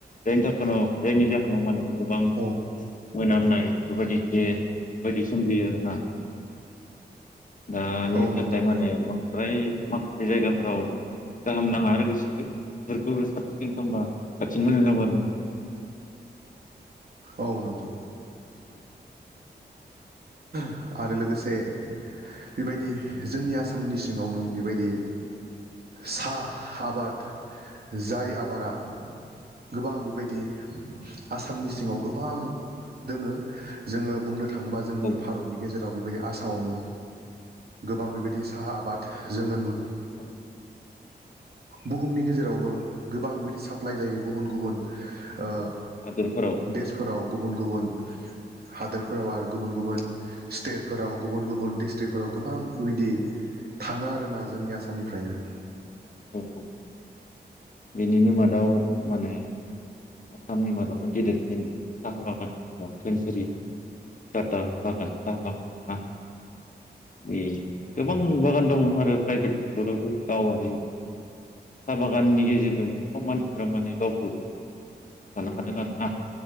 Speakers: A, on the left; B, on the right.
A: जायनि थाखायनाव जायनि जाहोनाव माने गोबां
B: औ
A: मोनामनाय बेफोरबायदि गेस बेफोरबायदि सोमजियो आरोना। दा बेनि
B: औ
A: थाखाय
B: नंगौ
A: माने बांद्राय माखासे जायगाफ्राव गाहाम नाङा आरो गोसोखो बेफोरखो साब सिखोन खामबा साबसिन मोजां जागौ आरो ना।
B: औ नंगौ
A: अ।
B: आरो लोगोसे बेबायदि जोंनि आसामनि सिङावनो बेबायदि सा आबाद। जाय आबादा गोबां बेबायदि आसामनि सिङाव गोबां दोङो जोङो बुंनो थाङोबा जोंनि
A: औ
B: भारतनि गेजेराव बेबायदि आसामावनो गोबां बेबायदि साहा आबाद जोङो नु
A: औ
B: बुहुमनि गेजेरावबो गोबां बेबायदि साप्लाइ जायो गुबुन गुबुन ओ
A: हादोरफोराव
B: देसफोराव गुबुन गुबुन हादोरफोराव आरो गुबुन गुबुन स्टेटफोराव गुबुन गुबुन डिस्ट्रिक्टफोराव गोबां बेबायदि थाङो आरोना जोंनि आसामनिफ्रायनो।
A: औ औ। बेनिनो मादाव माने आसामनि मादाव गेदेरसिन साहा बागान होनोब्ला थोनसिरि दाथा बागान सा बागान आरोना बे गोबां बागान दङ आरो प्राइभेट सेक्टरावबो गावारि साहा बागाननि गेजे गेजेरजों गोबां मानसिफ माने गावखौ गसंथानो हादों आरोोना